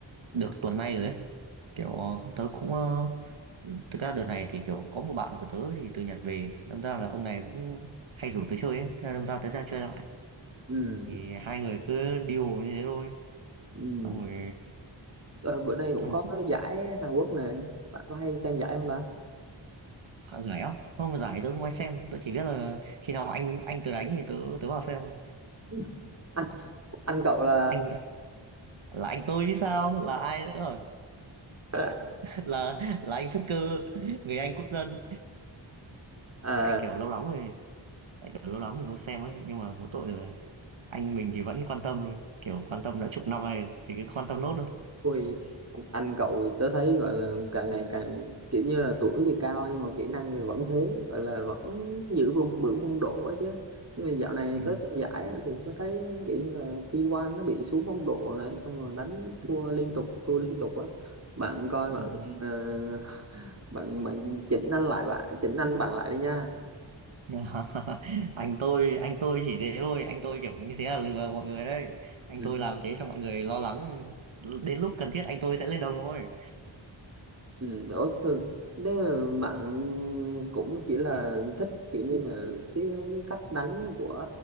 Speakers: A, on the right; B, on the right.
A: được tuần nay rồi ấy kiểu ờ, tớ cũng ờ, thực ra đợt này thì kiểu có một bạn của tớ thì từ Nhật về đâm ra là ông này cũng hay rủ tớ chơi ấy thế là đâm ra tớ ra chơi lại
B: ừ,
A: thì hai người cứ điều như thế thôi
B: ừ.
A: xong rồi
B: Ờ, bữa nay cũng
A: xong
B: có cái giải Hàn Quốc nè bạn có hay xem giải không ta
A: hạ giải á không giải tớ không ai xem tớ chỉ biết là khi nào anh anh tớ đánh thì tớ tớ vào xem thôi.
B: <laughs> anh anh cậu là
A: anh là anh tôi chứ sao là ai nữa
B: à,
A: là là anh xuất cư người Anh quốc dân
B: à
A: tại kiểu lâu lắm rồi tại kiểu lâu lắm mình không xem ấy nhưng mà mỗi tội là anh mình thì vẫn quan tâm thôi. kiểu quan tâm đã chục năm nay rồi, thì cứ quan tâm nốt thôi
B: Ui, anh cậu thì tớ thấy gọi là càng ngày càng kiểu như là tuổi thì cao nhưng mà kỹ năng thì vẫn thế gọi là vẫn giữ vững vững phong độ ấy chứ nhưng mà dạo này
A: Ừ.
B: tới tập giải á, thì có thấy kiểu như là T1 nó bị xuống phong độ này xong rồi đánh thua liên tục thua liên tục á bạn coi
A: Ừ.
B: bạn ờ, <laughs> bạn bạn chỉnh anh lại bạn chỉnh anh bạn lại đi nha
A: <laughs> anh tôi anh tôi chỉ thế thôi anh tôi kiểu như thế là lừa mọi người đấy anh
B: Ừ.
A: tôi làm thế cho mọi người lo lắng đến lúc cần thiết anh tôi sẽ lên đồng thôi
B: Ừ, ủa, thường thế là bạn cũng chỉ là thích kiểu như là cái, cái cách đánh của